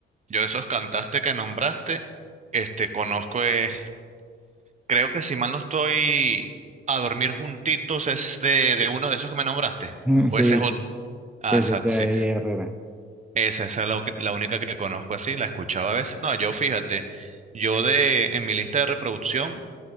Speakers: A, on the right; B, in the centre.
A: Yo esos cantaste que nombraste, este, conozco, eh, creo que si mal no estoy, A Dormir Juntitos es de, de uno de esos que me nombraste,
B: <laughs>
A: o
B: Sí,
A: ese es otro.
B: sí,
A: Ah,
B: sí, es
A: exacto,
B: de
A: sí,
B: Eddie Herrera.
A: Esa, esa es la, u- la única que conozco así, la escuchaba a veces. No, yo fíjate, yo de en mi lista de reproducción